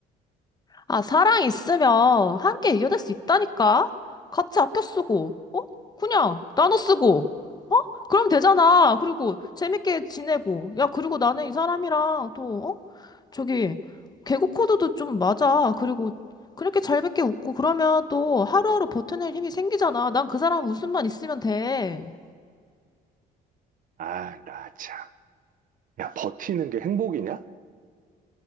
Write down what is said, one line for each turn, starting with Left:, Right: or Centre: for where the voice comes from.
Left: 아, 사랑 있으면 함께 이겨낼 수 있다니까? 같이 아껴 쓰고, 어? 그냥 나눠 쓰고, 어? 그럼 되잖아. 그리고 재밌게 지내고. 야, 그리고 나는 이 사람이랑 또, 어? 저기, 개그 코드도 좀 맞아. 그리고 그렇게 잘밖에 웃고 그러면 또 하루하루 버텨낼 힘이 생기잖아. 난 그 사람 웃음만 있으면 돼.
Right: 아, 나 참. 야, 버티는 게 행복이냐?